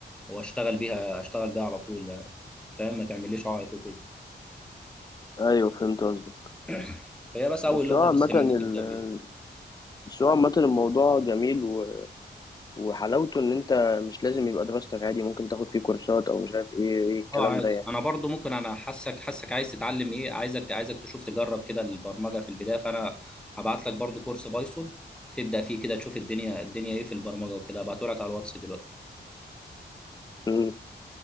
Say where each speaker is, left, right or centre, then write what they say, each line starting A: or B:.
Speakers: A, in the centre; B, on the left (about 20°).
A: واشتغل بيها اشتغل بيها على طول فاهم ما تعمليش عائق وكده
B: ايوه فهمت قصدك
A: <coughs> فهي بس اول
B: بس
A: لغه
B: هو عامة
A: بس ان
B: ال-
A: انت تبدا بيها
B: بس هو عامة الموضوع جميل و... وحلاوته ان انت مش لازم يبقى دراستك عادي ممكن تاخد فيه كورسات او مش عارف ايه ايه الكلام
A: اه عادي
B: ده يعني
A: انا برضو ممكن انا حاسك حاسك عايز تتعلم ايه عايزك عايزك تشوف تجرب كده البرمجه في البدايه فانا هبعت لك برضو كورس بايثون تبدا فيه كده تشوف الدنيا الدنيا ايه في البرمجه وكده هبعته لك على الواتس دلوقتي
B: م.